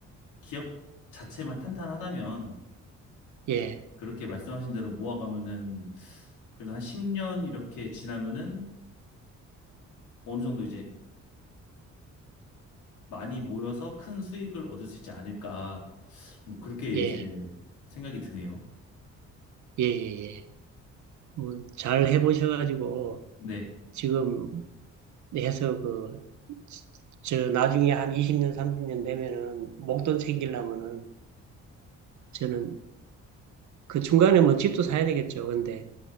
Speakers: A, on the left (about 85°); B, on the right (about 70°).
A: 기업 자체만 탄탄하다면
B: 예.
A: 그렇게 말씀하신 대로 모아가면은 그래도 한 10년 이렇게 지나면은 어느 정도 이제 많이 모여서 큰 수익을 얻을 수 있지 않을까. 뭐 그렇게
B: 예.
A: 이제 생각이 드네요.
B: 예. 예. 예. 뭐 잘 해보셔가지고
A: 네.
B: 지금 해서 그, 저 나중에 한 20년, 30년 되면은 목돈 챙기려면은 저는 그 중간에 뭐 집도 사야 되겠죠. 근데